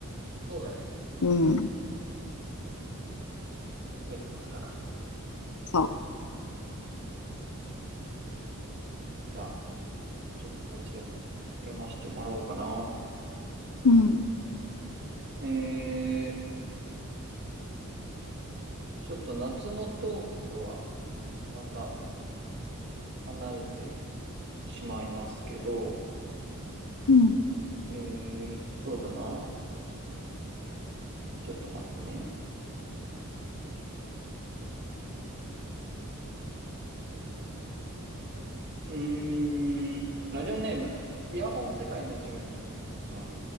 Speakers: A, on the right; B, on the left.
A: そうだね。
B: うん。
A: 増えてますから。
B: そ
A: じゃあ、ちょっとこっちでも読ませてもらおうかな。
B: う。うん。
A: えー、ちょっと夏のトークとはまた離れてしまいますけど、
B: うん。
A: えー、そうだな。ちょっと待ってね。うーん、ラジオネーム、イヤホン世界の住人さん